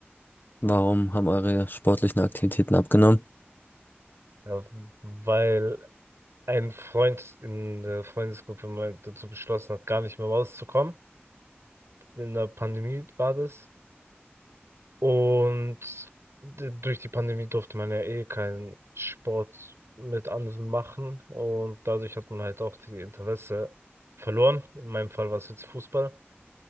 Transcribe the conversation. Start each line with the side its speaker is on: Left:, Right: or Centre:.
Left: Warum haben eure sportlichen Aktivitäten abgenommen?
Right: ja, weil ein Freund in der Freundesgruppe mal dazu beschlossen hat, gar nicht mehr rauszukommen. In der Pandemie war das. Und d- durch die Pandemie durfte man ja eh keinen Sport mit anderen machen und dadurch hat man halt auch die Interesse verloren. In meinem Fall war es jetzt Fußball.